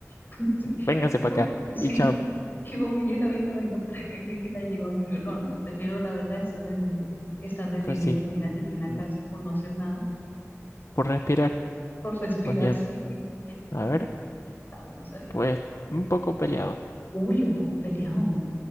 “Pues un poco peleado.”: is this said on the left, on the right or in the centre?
Left